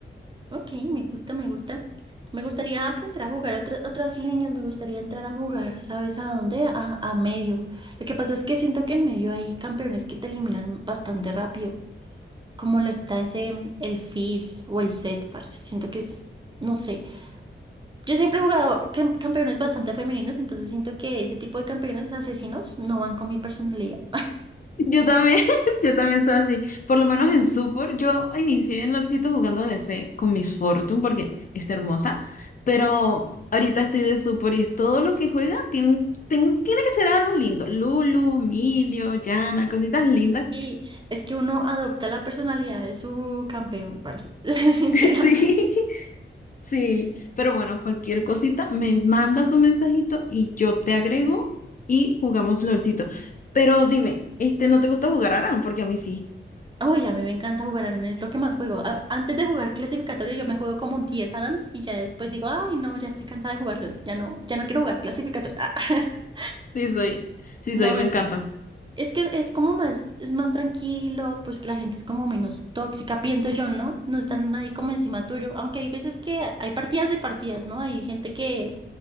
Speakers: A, on the right; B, on the left.
A: ok, me gusta, me gusta. Me gustaría aprender a jugar otra- otras líneas, me gustaría entrar a jugar, ¿sabes a dónde? A, a medio. Lo que pasa es que siento que en medio hay campeones que te eliminan bastante rápido. como lo está ese, el Fizz o el set, parce. Siento que es, no sé. Yo siempre he jugado cam- campeones bastante femeninos, entonces siento que ese tipo de campeones asesinos no van con mi personalidad.
B: Yo también, <laughs> yo también soy así. Por lo menos en Super, yo inicié en LOLcito jugando DC con Miss Fortune porque es hermosa, pero ahorita estoy de Super y es todo lo que juega tiene, tiene, tiene que ser algo lindo. Lulu, Emilio, Yana, cositas lindas.
A: Y es que uno adopta la personalidad de su campeón, parce. <laughs> Sinceramente.
B: <laughs> Sí, sí, pero bueno, cualquier cosita, me mandas un mensajito y yo te agrego y jugamos LOLcito. Pero dime, este, ¿no te gusta jugar Aran? Porque a mí sí,
A: Uy, a mí me encanta jugar Adams, es lo que más juego. A- Antes de jugar clasificatorio, yo me juego como diez Adams y ya después digo, ay, no, ya estoy cansada de jugarlo, ya no, ya no quiero jugar clasificatorio. <laughs>
B: sí soy, sí
A: No,
B: soy, me
A: es
B: encanta.
A: Es que es, es como más, es más tranquilo, pues que la gente es como menos tóxica, pienso yo, ¿no? No están ahí como encima tuyo, aunque hay veces que hay partidas de partidas, ¿no? Hay gente que